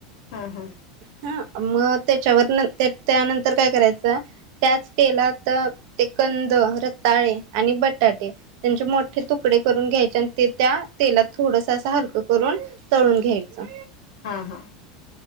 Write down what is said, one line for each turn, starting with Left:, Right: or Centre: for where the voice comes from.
Left: हां हां
Right: हा. मग त्याच्यावर त्यानंतर काय करायचं त्याच तेलात ते कंद, रताळे आणि बटाटे त्यांचे मोठे तुकडे करून घ्यायचे आणि ते त्या तेलात थोडस असं हलकं करून तळून घ्यायचं.
Left: हा हा.